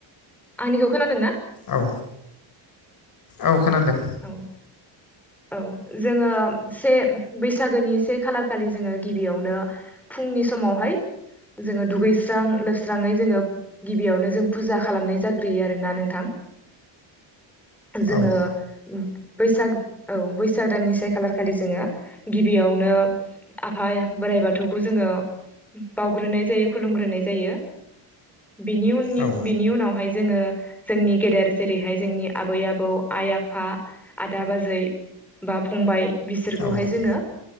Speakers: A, in the centre; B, on the left.
A: आंनिखौ खोनादों ना?
B: औ। औ खोनादों।
A: औ औ जोङो से बैसागोनि से खालारखालि जोङो गिबियावनो फुंनि समावहाय जोङो दुगैस्रां लोबस्राङै जोङो गिबियावनो जों फुजा खालामनाय जाग्रोयो आरोना नोंथां। जोङो
B: औ
A: बैसाग औ बैसाग दाननि से खालारखालि जोङो गिबियावनो आफा बोराइ बाथौखौ जोङो बावउग्रोनाय जायो खुलुमग्रोनाय जायो। बिनि उननि
B: औ
A: बिनि उनावहाय जोङो जोंनि गेदेर जेरैहाय जोंनि आबै आबौ, आइ आफा आदा बाजै बा फंबाय बिसोरखौहाय
B: औ
A: जोङो